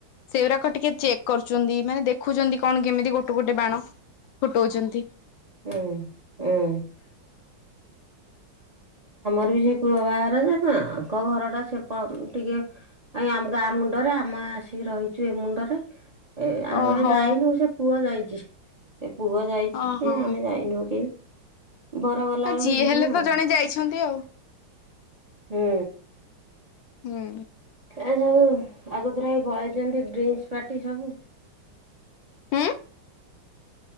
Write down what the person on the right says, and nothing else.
ହୁଁ, ହୁଁ ସେ ପୁଅ ବାହାର ଯେ ତାଙ୍କ ଘର ଟା ସେ ଟିକେ ଗାଁ ମୁଣ୍ଡରେ ଆମ ଆସିକି ରହିଛୁ ଏ ମୁଣ୍ଡରେ ଏ ଆମେ
ଯାଇନଉ ସେ ପୁଅ ଯାଇଛି ସେ ପୁଅ ଯାଇଛି
ଆମେ ଯାଇନଉ କେହି। ବର ଗଲା
ବେଳକୁ
ଯିବୁ
ଆଉ
ହୁଁ,
ଏ ସବୁ ଆଗଥରେ <unintelligible> ଯେମିତି ଡ୍ରିଙ୍କ ପାର୍ଟି ସବୁ